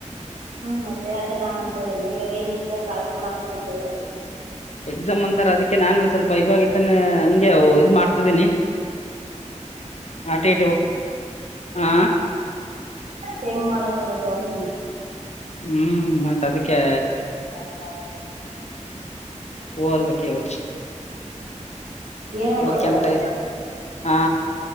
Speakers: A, on the right; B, on the left.
A: ಹ್ಮ್ ಮತ್ತೆ ಅದೇ ನಾನ್ ಅನ್ಸದೇನೆ ಇವಾಗ ನ್ ಇಷ್ಟಾಗ ಕಲ್ಪ ಮಾಡ್ತದ ಅಂತ ಹೇಳ
B: ಎಕ್ಸಾಮ್ ಅಂತಾರೆ ಅದಕ್ಕೆ ನಾನು ಸ್ವಲ್ಪ ಇವಾಗ ಇದ್ದನ್ನೆ ನಂಗೆ ಇದು ಮಾಡ್ತಿದ್ದೀನಿ ಆಟಿಟು ಹಾ
A: ಹೆಂಗ್ ಮಾಡಕ್ ಬರ್ತತೆ ಅಂತಿನಿ
B: ಹ್ಮ್ ಮತ್ತ್ ಅದಕ್ಕೆ
A: ಹಾ <unintelligible>
B: ಓದ್ಬೇಕವು
A: ಏನೇನ್
B: ಓದಕ್ಕೆಂತ
A: ಕೊಡ್ತಾರ ಅದ್ರಾಗ
B: ಹಾ